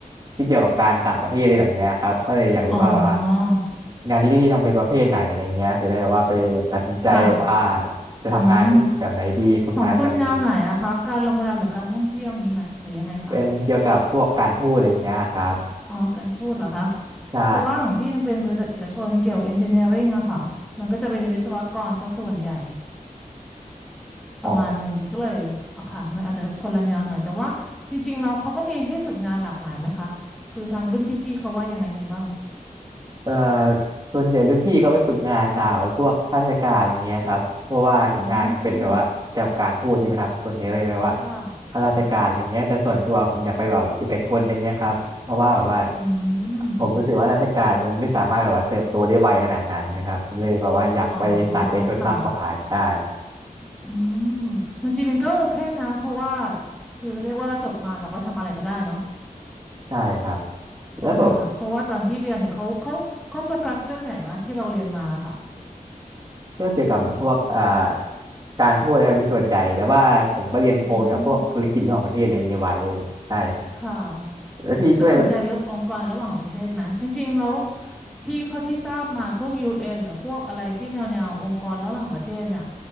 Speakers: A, on the right; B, in the centre.
A: ที่เกี่ยวกับการต่างประเทศอะไรแบบเนี้ยครับก็เลยอยากรู้ว่าแบบว่า
B: อ๋อ
A: งานที่พี่ทำเป็นประเภทไหนอะไรเงี้ยจะได้แบบว่าไปตัดสินใจว่า
B: ค่ะ
A: จะทำงานที่แบบไหนดีฝึกงานแบบไหนดี
B: อืม ของคุณแนวไหนอะคะ การโรงแรมหรือการท่องเที่ยวอย่างนี้ไหมหรือยังไงคะ
A: เป็นเกี่ยวกับพวกการทูตอะไรเงี้ยครับ
B: อ๋อการทูตเหรอคะ
A: ใช่
B: เพราะว่าของพี่มันเป็นบริษัทเอกชนเกี่ยวเอนจิเนียริงอะค่ะ มันก็จะเป็นวิศวกรซะส่วนใหญ่
A: อ๋อ
B: ประมาณหนึ่งก็เลยอ๋อค่ะ มันอาจจะคนละแนวหน่อยแต่ว่าจริงๆเราเขาก็มีให้ฝึกงานหลากหลายไหมคะคือทางรุ่นพี่ๆเขาว่ายังไงกันบ้าง
A: เอ่อส่วนใหญ่รุ่นพี่ก็ไปฝึกงานตามพวกข้าราชการอย่างเงี้ยครับเพราะว่างานเป็นแบบว่าเกี่ยวกับการทูตใช่ไหมครับส่วนใหญ่เลยแบบว่า
B: อ๋อค่ะ
A: ข้าราชการอย่างเงี้ยแต่ส่วนตัวผมอยากไปแบบเอกชนอย่างเงี้ยครับเพราะว่าแบบว่า
B: อืม
A: ผมรู้สึกว่าราชการมันไม่สามารถแบบว่าเติบโตได้ไวขนาดนั้นนะครับผมเลยแบบว่าอยากไปสายเอกชนมากกว่าใช่
B: อ๋อค่ะอืมมันจริงเป็นก็โอเพนนะเพราะว่าคือเรียกว่าเราจบมาเราก็ทำอะไรก็ได้เนาะ
A: ใช่ครับแล้วแบบ
B: ว่าไหมคะเพราะว่าตอนที่เรียนเนี่ยเขาเขาเขาโฟกัสเรื่องไหนมาที่เราเรียนมาค่ะ
A: เรื่องเกี่ยวกับพวกอ่าการทูตนะครับเป็นส่วนใหญ่แต่ว่าผมก็เรียนโทเกี่ยวกับพวกธุรกิจระหว่างประเทศอะไรอย่างนี้ไว้
B: อืม
A: ใช่
B: ค่ะแล้วสนใจเรื่ององค์กรระหว่างประเทศไหมจริงๆแล้ว
A: แล้วพี่ช่วย
B: พี่เขาที่ทราบมาพวกยูเอ็นหรือพวกอะไรที่แนวๆองค์กรระหว่างประเทศเนี่ย